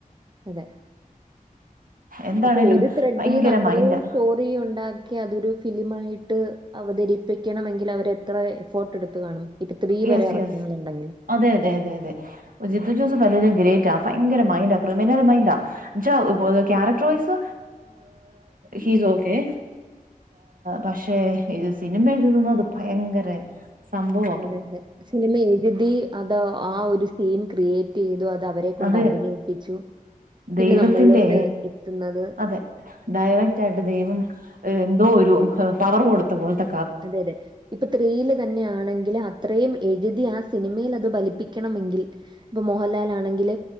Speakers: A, on the right; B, on the right.
A: അതെ
B: എന്താണേലും
A: അപ്പൊ ഒരു ത്രഡീന്ന്
B: ഭയങ്കര
A: അത്രയും
B: മൈൻഡാ
A: ചോത് ഉണ്ടാക്കി അതൊരു ഫിലിമായിട്ട് അവതരിപ്പിക്കണമെങ്കിൽ അവരെത്ര എഫോട്ട് എടുത്ത് കാണും ഇപ്പൊ ത്രീ
B: യെസ്
A: വരെ ഇറക്കണം
B: യെസ്
A: എന്നുണ്ടെങ്കിൽ
B: അതെ അതെ അതെ അതെ ജിത്തു ജോസഫ് അല്ലേലും ഗ്രേറ്റ് ആ ഭയങ്കര മൈൻഡ ആ ക്രിമിനൽ മൈൻഡാ ജോ കാരക്ക്റ്റർ വൈസ് ഹിസ് ഓക്കെ പക്ഷേ ഇത് സിനിമ എഴുതുന്നത്ത് ഭയങ്കര സംഭവം
A: അതെ അതെ സിനിമ എഴുതി അത് ആ ഒരു സീൻ ക്രിയേ റ്റ്ചെയ്തു അത് അവരെ കൊണ്ട്
B: അത്
A: അഭിനയിപ്പിച്ചു പിന്നെ
B: ദൈവത്തിന്റെ
A: നമ്മളിലോട്ട് എത്തുന്നത്
B: അതെ ഡയറക്റ്റ് ആയിട്ട് ദൈവം എന്തോ ഒരു പവർ കൊടുത്ത പോലെത്തെ
A: അതെ അതെ ഇപ്പൊ ത്രീയില് തന്നെ ആണെങ്കിൽ അത്രയും എഴുതി ആ സിനിമൽ അത് ഫലിപ്പിക്കണമെങ്കിൽ ഇപ്പൊ മോഹൻലാൽ ആണെങ്കിൽ